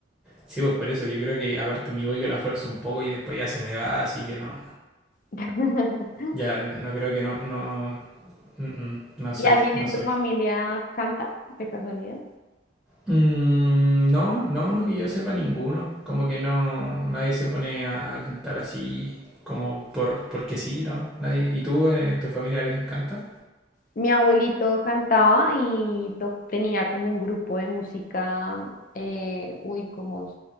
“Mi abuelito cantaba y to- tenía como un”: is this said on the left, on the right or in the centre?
Left